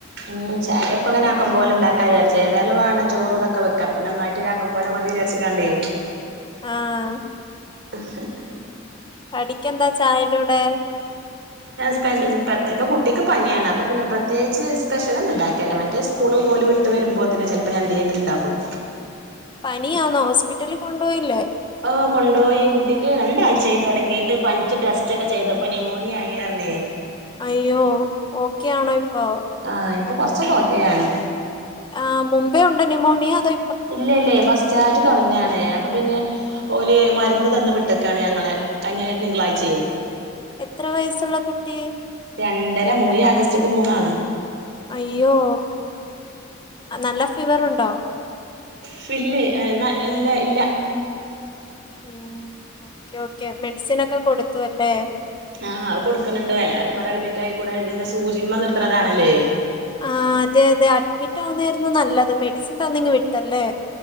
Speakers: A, on the right; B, on the left.
A: ഉം ചായപ്പപ്പോ ആകാംപോലെ പോല ഉണ്ടാക്കാചാരിച്ച ഏതായും വേണം ചോറുംതൊക്കെക്ക പിന്നെ ഒന്നായിട്ട ആക്കപോലെ മതി വിചരി ച്ചികാണ്ടേ
B: ആഹ
A: <unintelligible>
B: കടിക്കെന്താ ചായയുടെ കുടെ
A: ആ സ്പ ഇപ്പ കുട്ടിക്ക് പനിയാണ് അപ്പൊ പിന്നെ പ്രത്യേകിച്ച് സ്പെഷ്യല ഒന്നും ഉണ്ടാകലില്ലേ മറ്റേ സ്കൂൾ ഓള് വിട്ട് വരുമ്പോതിന് ചിലപ്പോ എന്തെങ്കിലും ഉണ്ടാക്കും
B: പനിയാനോ ഹോസ്പിറ്റലിൽ കൊണ്ടുപോയില്ലേ
A: ഹ കൊണ്ട്പോയി കുട്ടിക്ക് രണ്ടാഴ്ചയായി തുടങ്ങിയിട്ട് പനിച്ച് ടെസ്റ്റ് ഒക്കെ ചെയ്തപ്പോ ന്യമോണിയ ആയായിർന്നു ന്ന്
B: അയ്യോ ഓക്കെ ആണോ ഇപ്പൊ
A: ആഹ് ഇപ്പൊ കൊറച്ച ഓകെയാണ്
B: ആഹ് മുമ്പേ ഉണ്ട് നിമോണിയ അദോ
A: ഇല്ല ഇല്ലേ പസ്റ്റായി തുടങ്ങാണേ അപ്പൊ പിന്നെ ഓല് മരുന്ന് തന്ന് വിട്ടൊക്കാണ് ഞങ്ങലെ കഴിഞ്ഞ തിങ്കളാചെയ്
B: എത്ര വയസ്സുള്ള കുട്ടി
A: രണ്ടര മൂയ് ആഗസ്റ്റിക്കും മൂന്നാണ്
B: അയ്യോ നല്ല ഫീവർുണ്ടോ
A: ഫില്ലേ എന്നാ ഇല്ല ഇല്ല
B: ഉ ഓക്കെ ഓക്കെ മെഡിസിൻ ഒക്കെ കൊടുത്തുഅല്ലേ
A: ആഹ് അവ കൊടുക്കുന്നുണ്ട് എല്ലാരും പറ അഡ്മിറ്റ ആയിക്കൂടന്ന് സൂചിമ്മ നിർത്തണതാണല്ലേ
B: ആ അതെ അതെ അഡ്മിറ്റ് ആവുന്നായിരുന്നു നല്ലത് മെഡിസിൻ തന്നിങ് വിട്ടല്ലേ